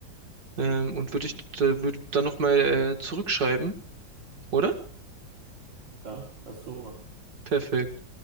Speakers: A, on the right; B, on the right.
A: Ähm, und würde ich da, würde dann nochmal äh, zurückschreiben, oder?
B: Ja, lass so machen.
A: Perfekt.